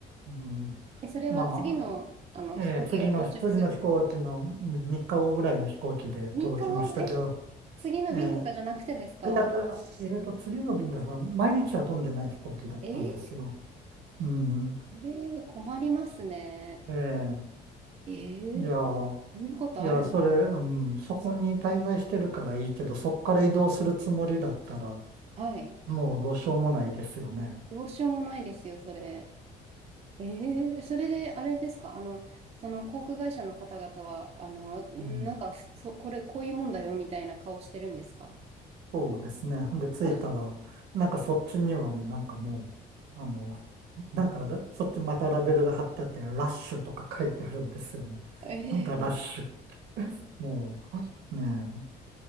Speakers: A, on the right; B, on the right.
A: うん、
B: え、それは次の、
A: まあ、
B: あの飛行機が到着する
A: えー次の、次の飛行機の3日後ぐらいの飛行機で届きましたけど、
B: 3日後、え、次の便とかじゃなくてですか
A: えーであとえーと、次の便ですが、毎日は飛んでない飛行機だったんですよ。
B: えー、
A: うん。
B: それは困りますね。
A: えー
B: え
A: いやー、
B: ーそんなことあるん
A: いや、それ、うん、そこに滞在してるからいいけど、そこから移動するつもりだったら、
B: はい。
A: もうどうしようもないですよね。
B: どうしようもないですよ、それ。ええそれで、あれですか、あの、その航空会社の方々は、あの、なんか、
A: うん
B: そ、これ、こういうもんだよ、みたいな顔してるんですか
A: そうですね。ほんで、着いたら、
B: あ、
A: なんかそっちにはね、なんかもう、あの、<laughs> なんかラそっちまたラベルが貼ってあって、ラッシュとか書いてあるんですよね。
B: <laughs> ええはい。
A: なんだラッシュ。もう、ね